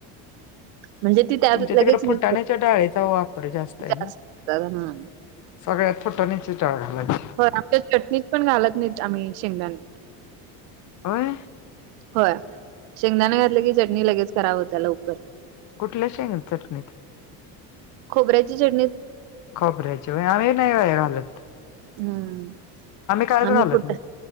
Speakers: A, on the right; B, on the left.
A: म्हणजे ती त्यात
B: तुमच्या
A: लगेच
B: तिकडं
A: मिक्स
B: फुटाण्याच्या डाळेचा वाप पडे जास्त
A: करते
B: आहे
A: जास्त
B: ना
A: हम्म
B: सगळ्यात फुटण्याची डाळ घालायची.
A: हो आमच्या चटणीत पण घालत नाहीत आम्ही शेंगदाणे.
B: होय.
A: होय, शेंगदाने घातलं की चटणी लगेच खराब होत्या लवकर.
B: कुठल्या शेंग चटणीत?
A: खोबऱ्याची चटणीत.
B: खपऱ्याची वय आम्ही नाही काय घालत.
A: हम्म
B: कायच घालत
A: आम्ही फुट
B: नाही.